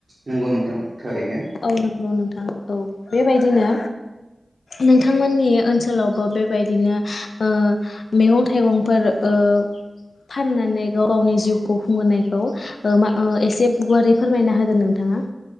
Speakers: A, on the right; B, on the left.
A: नंगौ नोंथां। थारैनो
B: औ नंगौ नोंथां। औ बेबायदिनो नोंथांमोननि ओनसोलावबो बेबायदिनो ओ मेगं थाइगंफोर ओ फाननानै गाव गावनि जिउखौ खुंहोनायखौ मा एसे गुवारै फोरमायना होदो नोंथाङा।